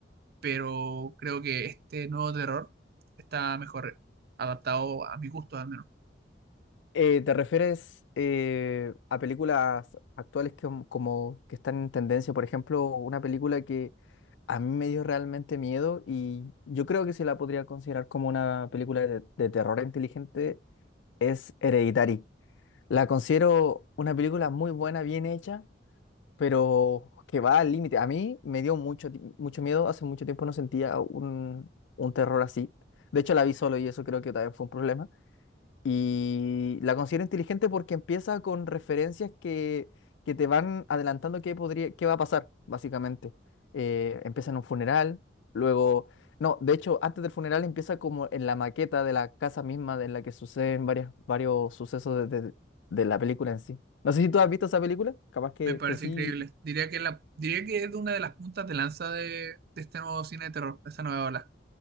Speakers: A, on the right; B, on the left.
A: pero creo que este nuevo terror está mejor adaptado a mi gusto, al menos.
B: Eh, ¿te refieres eh, a películas actuales que, como como que están en tendencia? Por ejemplo, una película que a mí me dio realmente miedo y yo creo que se la podría considerar como una película de, de terror inteligente es Hereditary. La considero una película muy buena, bien hecha pero que va al límite. A mí me dio mucho, ti- mucho miedo, hace mucho tiempo no sentía un, un terror así. De hecho, la vi solo y eso creo que también fue un problema. Y la considero inteligente porque empieza con referencias que, que te van adelantando qué podría, qué va a pasar, básicamente. Eh, empieza en un funeral, luego... No, de hecho, antes del funeral empieza como en la maqueta de la casa misma de- en la que suceden varias, varios sucesos de, de de la película en sí. No sé si tú has visto esa película, capaz que,
A: Me parece
B: que sí.
A: increíble. Diría que, la, diría que es de una de las puntas de lanza de, de este nuevo cine de terror, de esta nueva ola.